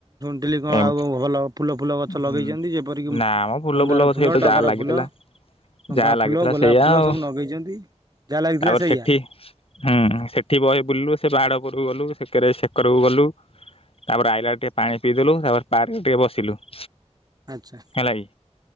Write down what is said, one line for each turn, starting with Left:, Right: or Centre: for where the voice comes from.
Right: ଥିଲି କଣ
Left: ସେମତି
Right: ଆଉ ଭଲ ଫୁଲ ଫୁଲ ଗଛ ଲଗେଇଛନ୍ତି
Left: ହୁଁ
Right: ଯେପରିକି
Left: ନା ମ ଫୁଲ
Right: ମନ୍ଦାର
Left: ଫୁଲ ଗଛ ସେଇତ
Right: ଟଗର
Left: ଯାହା ଲାଗିଥିଲା
Right: ଫୁଲ ଚମ୍ପା
Left: ଯାହା ଲାଗିଥିଲା
Right: ଫୁଲ ଗୋଲାପ
Left: ସେଇଆ
Right: ଫୁଲ
Left: ଆଉ
Right: ସବୁ ଲଗେଇଛନ୍ତି। ଯାହା ଲାଗିଥିଲା
Left: ତାପରେ
Right: ସେଇଆ
Left: ସେଠି ହୁଁ ସେଠି ବହେ ବୁଲିଲୁ ସେ ପାହାଡ ଉପରେ ସେପଟକୁ ଗଲୁ ସେକରେ ସେକରକୁ ଗଲୁ ତାପରେ ଆଇଲା ବେଳେ ଟିକେ ପାଣି ପିଇଦେଲୁ ତାପରେ ପାର୍କ ରେ ଟିକେ ବସିଲୁ ।
Right: ଆଚ୍ଛା
Left: ହେଲା କି